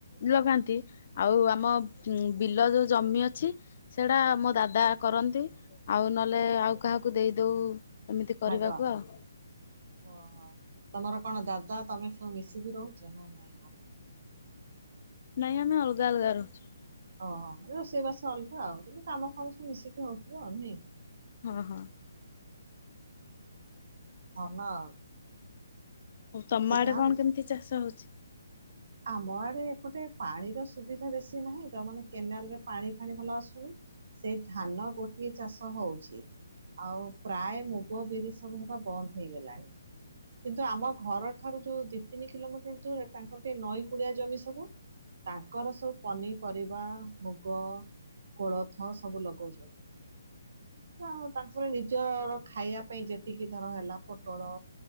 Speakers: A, on the left; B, on the right.
A: ଲଗାନ୍ତି ଆଉ ଆମ ବିଲ ଯୋଉ ଜମି ଅଛି। ସେଇଟା ମୋ ଦାଦା କରନ୍ତି ଆଉ ନହେଲେ ଆଉ କାହାକୁ ଦେଇଦଉ ଏମିତି କରିବାକୁ
B: ଭାଗ
A: ଆଉ
B: ଓହୋ ତମର କଣ ଦାଦା ତମେ ସବୁ ମିଶିକି ରହୁଛ ନା ନାଇଁ ଅଲଗା?
A: ନାଇଁ ଆମେ ଅଲଗା ଅଲଗା ରହୁଛୁ।
B: ଓହୋ ମାନେ ରୋଷେଇବାସ ଅଲଗା ଆଉ କିନ୍ତୁ କାମ ଫାମ ସବୁ ମିଶିକି ହଉଥିବ ଆଉ ନୁହଁ କି?
A: ହଁ ହଁ।
B: ହଁ ନାଁ ଆଉ।
A: ହଉ ତମ ଆଡ଼େ
B: ଯାହା
A: କଣ କେମିତି ଚାଷ ହଉଚି?
B: ଆମ ଆଡ଼େ ଏପଟେ ପାଣିର ସୁବିଧା ବେଶି ନାହିଁ ତ ମାନେ କେନାଲ୍ ରେ ପାଣି ଫାଣି ଭଲ ଆସୁନି। ସେ ଧାନ ଗୋଟିଏ ଚାଷ ହଉଚି। ଆଉ ପ୍ରାୟ ମୁଗ, ବିରି, ସବୁ ହେବା ବନ୍ଦ ହେଇଗଲାଣି। କିନ୍ତୁ ଆମ ଘର ଠାରୁ ଯୋଉ ଦି ତିନି କିଲୋମିଟର୍ ଦୂର ତାଙ୍କର ଟିକେ ନଈ କୁଳିଆ ଜମି ସବୁ। ତାଙ୍କର ସବୁ ପନିପରିବା ମୁଗ କୋଳଥ ସବୁ ଲଗଉଚନ୍ତି। ଯା ହଉ ତାଙ୍କର ନିଜର ଖାଇବା ପାଇଁ ଯେତିକି ଧର ହେଲା ପୋଟଳ